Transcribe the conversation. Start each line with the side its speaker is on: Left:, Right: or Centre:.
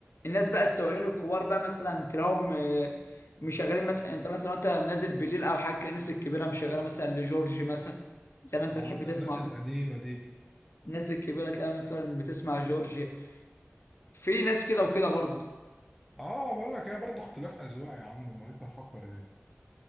Left: الناس بقى السواقين الكبار بقى مثلا تلاقيهم آه، مشغلين مثلا يعني انت مثلا انت نازل بالليل او حاجه تلاقي الناس الكبيره مشغله مثلا لجورج مثلا زي ما انت
Centre: اه
Left: بتحب
Centre: انا
Left: تسمع
Centre: الناس القديمه دي
Left: الناس الكبيره تلاقيها مثلا بتسمع جورج في ناس كده وكده برضه
Centre: اه بقول لك ايه برضه اختلاف اذواق يا عم امال انت مفكر ايه